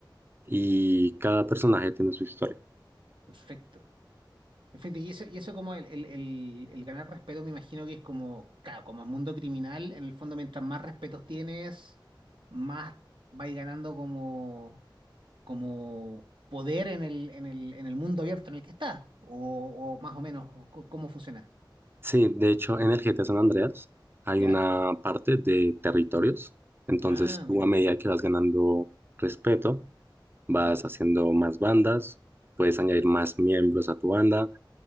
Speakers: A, on the right; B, on the right.
A: Y cada personaje tiene su historia.
B: perfecto. Perfecto, y eso, y eso como el, el, el, el ganar respeto, me imagino que es como, claro, como es mundo criminal, en el fondo mientras más respetos tienes, más vais ganando como, como poder en el, en el, en el mundo abierto en el que está, o, o más o menos o co- cómo funciona,
A: Sí, de hecho, en el GTA San Andreas hay
B: ¿ya?
A: una parte de territorios. Entonces,
B: Ah,
A: tú
B: mira.
A: a medida que vas ganando respeto, vas
B: Ujú.
A: haciendo más bandas, puedes añadir más miembros a tu banda,